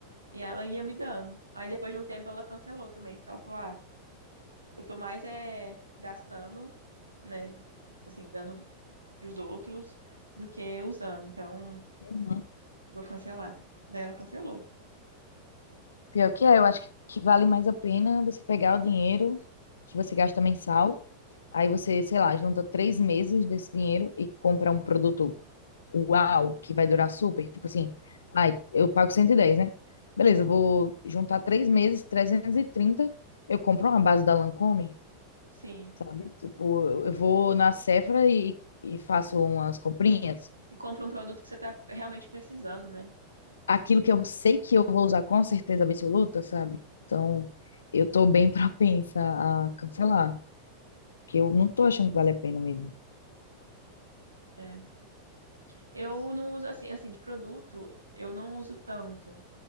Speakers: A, on the right; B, on the left.
A: E ela ia me dando. Aí depois de um tempo ela cancelou também, porque ela falou, ah, eu tô mais é, gastando, né, assim, dando pros outros do que usando, então
B: Uhum.
A: vou cancelar. Daí ela cancelou.
B: Pior que é, eu acho que que vale mais a pena você pegar o dinheiro que você gasta mensal Aí você, sei lá, junta três meses desse dinheiro e compra um produto uau, que vai durar super. Tipo assim, ai, eu pago cento e dez né? Beleza, eu vou juntar três meses, trezentos e trinta eu compro uma base da Lancôme,
A: Sim.
B: sabe? Tipo, eu eu vou na Sephora e, e faço umas comprinhas.
A: e compra um produto que você tá realmente precisando, né?
B: Aquilo que eu sei que eu vou usar com certeza absoluta, sabe? Então, eu tô bem <laughs> propensa a cancelar, porque eu não tô achando que vale a pena mesmo.
A: É. Eu não uso assim, assim, de produto, eu não uso tanto.